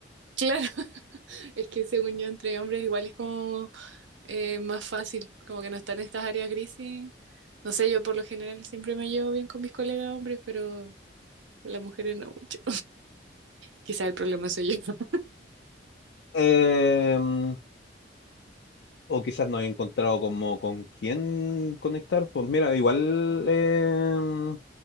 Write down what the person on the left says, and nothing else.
Em, O quizás no he encontrado como con quién conectar. Pues mira, igual eh,